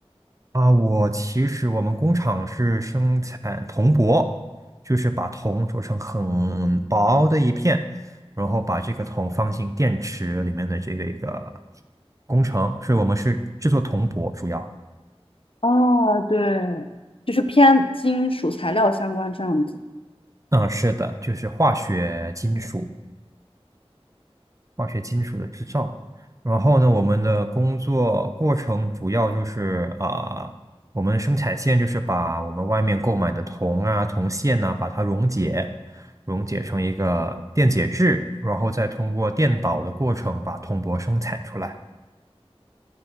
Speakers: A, on the right (about 30°); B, on the left (about 60°).
A: 啊，我其实我们工厂是生产铜箔，就是把铜做成很薄的一片，然后把这个铜放进电池里面的这个一个工程，所以我们是制作铜箔主要。
B: 哦，对，就是偏金属材料相关这样子。
A: 嗯，是的，就是化学金属。化学金属的制造。然后呢，我们的工作过程主要就是啊、我们生产线就是把我们外面购买的铜啊、铜线呐、把它溶解，溶解成一个电解质，然后再通过电导的过程把铜箔生产出来，